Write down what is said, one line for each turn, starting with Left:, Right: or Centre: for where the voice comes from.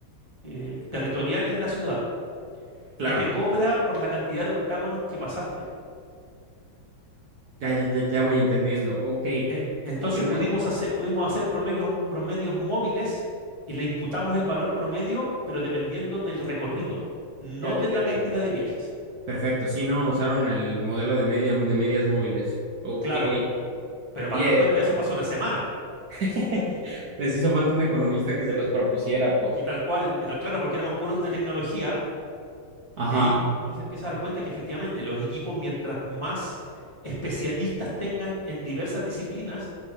Left: eh, territoriales la ciudad
Right: claro,
Left: y te cobra por la cantidad de octágonos que pasaste.
Right: ya, ya, ya ya voy entendiendo, ok,
Left: En- entonces
Right: funciona,
Left: pudimos hacer, pudimos hacer promedios, promedios móviles y le imputamos el valor promedio, pero dependiendo del recorrido, no
Right: ya
Left: de
Right: te entendí.
Left: la cantidad de viajes.
Right: Perfecto, sí, no, usaron el modelo de media, de medias móviles. Ok.
Left: Claro, pero
Right: Oye,
Left: para darnos cuenta de eso pasó una semana.
Right: <laughs> Les hizo falta un economista que se los propusiera, pues.
Left: Y tal cual, y tal claro, porque éramos puros de tecnología,
Right: Ajá.
Left: y ahí uno se empieza a dar cuenta que efectivamente los equipos, mientras más especialistas tengan en diversas disciplinas,